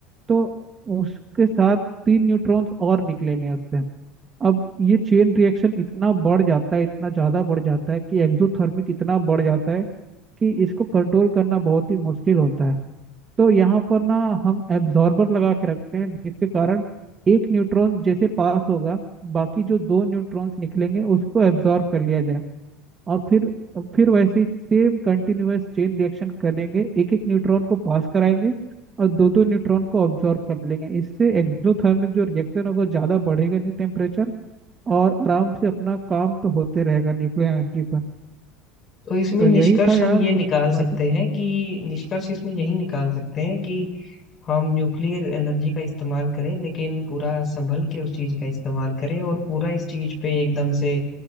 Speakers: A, on the right; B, on the left.
A: तो उसके साथ तीन न्यूट्रॉन्स और निकलेंगे उससे अब ये चेन रिएक्शन इतना बढ़ जाता है इतना ज़्यादा बढ़ जाता है कि एक्सोथर्मिक इतना बढ़ जाता है कि इसको कंट्रोल करना बहुत ही मुश्किल होता है तो यहाँ पर ना हम एब्जॉर्बर लगा के रखते हैं जिसके कारण एक न्यूट्रॉन जैसे पास होगा बाकी जो दो न्यूट्रॉन्स निकलेंगे उसको एब्जॉर्ब कर लिया जाए और फिर फिर वैसे ही सेम कंटिन्यूअस चेन रिएक्शन करेंगे एक एक न्यूट्रॉन को पास कराएंगे और दो दो न्यूट्रॉन को ऑब्जॉर्व कर लेंगे इससे एक्सोथर्मिक जो रिएक्शन होगा ज़्यादा बढ़ेगा नहीं टेम्परेचर और आराम से अपना काम तो होते रहेगा न्यूक्लियर एनर्जी पर
B: तो इसमें
A: तो
B: निष्कर्ष
A: यही था यार
B: हम ये
A: कुछ
B: निकाल सकते
A: बातें
B: हैं कि निष्कर्ष इसमें यही निकाल सकते हैं कि हम न्यूक्लियर एनर्जी का इस्तेमाल करें लेकिन पूरा संभल के उस चीज का इस्तेमाल करें और पूरा इस चीज पे एकदम से